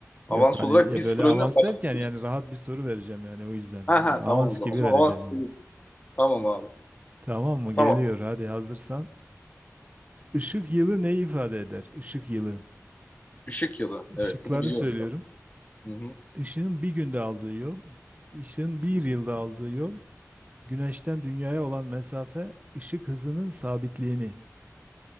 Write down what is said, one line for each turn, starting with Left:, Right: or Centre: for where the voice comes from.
Left: Avans
Right: Yok hani
Left: olarak
Right: ya
Left: 1-0
Right: böyle
Left: önden
Right: avans
Left: başlıyoruz.
Right: derken yani rahat bir soru vereceğim yani o yüzden.
Left: Ha ha
Right: Öyle avans
Left: tamam o zaman.
Right: gibi
Left: O zaman
Right: vereceğim
Left: avans.
Right: yani.
Left: Tamam abi.
Right: Tamam mı?
Left: Tamam.
Right: Geliyor hadi hazırsan. Işık yılı ne ifade eder? Işık yılı.
Left: Işık yılı.
Right: Işıkları
Left: Evet bunu biliyorum.
Right: söylüyorum.
Left: Hı hı.
Right: Işığın bir günde aldığı yol, ışığın bir
Left: Hı
Right: yılda
Left: hı.
Right: aldığı yol, güneşten dünyaya olan mesafe, ışık hızının sabitliğini.